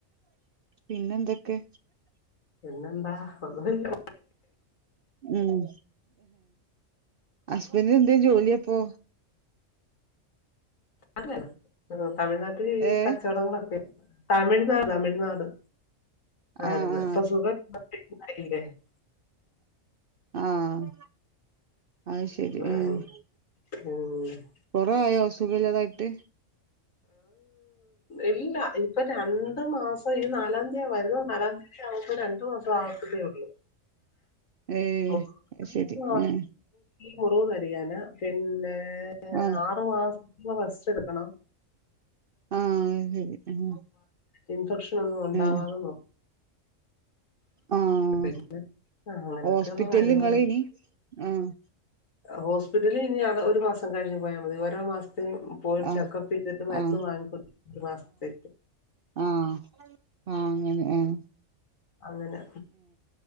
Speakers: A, on the right; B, on the left.
A: പിന്നെന്തൊക്കെ
B: പിന്നെന്താ ഒന്നുമില്ല
A: ഉം ഹസ്ബൻഡ്ന് എന്തേ ജോലിയപ്പൊ
B: അത് തമിഴ്നാട്ടിൽ
A: ഏ
B: കച്ചവടങ്ങളൊക്കെ തമിഴ് ആ തമിഴ്നാട്
A: ആ
B: ആരുന്നു
A: ആ
B: ഇപ്പൊ സുഖമില്ലാതെ <unintelligible>
A: ആഹ് അയ്ശെരി
B: ആ,
A: മ്
B: <inaudible>
A: കൊറേ ആയോ സുഖില്ലാതായിട്ട്
B: ഇല്ല ഇപ്പൊ രണ്ടു മാസം പ്പൊ ഈ നാലാം തീ വരുന്ന നാലാം തീയതി ആവുമ്പോ രണ്ടു മാസം ആവത്തതേ ള്ളൂ
A: ഏ
B: ഓ <unintelligible>
A: ശരി ഏ
B: മുറിവ് കരിയാന് പിന്നെ
A: ആ
B: ആറ് മാസം റെസ്റ്റ് എടുക്കണം
A: ആഹ് അങ്ങനെ
B: ഇൻഫെക്ഷൻ ഒന്നും ഉണ്ടാവാതെ
A: മ് ആഹ്
B: നോക്കണം ആ, അങ്ങനെയൊക്കെയുള്ള
A: ഹോസ്പിറ്റലും
B: കാര്യങ്ങളുണ്ട്
A: ങ്ങള് ഇനി ആഹ്
B: ഹോസ്പിറ്റലിൽ ഇനി ഒരു മാസം കഴിഞ്ഞ് പോയാ മതി ഓരോ മാസ് പോയി
A: ആഹ്
B: ചെക്കപ്പ് ചെയ്തിട്ട് മരുന്ന്
A: ആഹ്
B: വാങ്ങിക്കും ഒരു മാസത്തേക്ക്‌
A: ആഹഹ് ആഹ് അങ്ങനെ മ്
B: അങ്ങനെ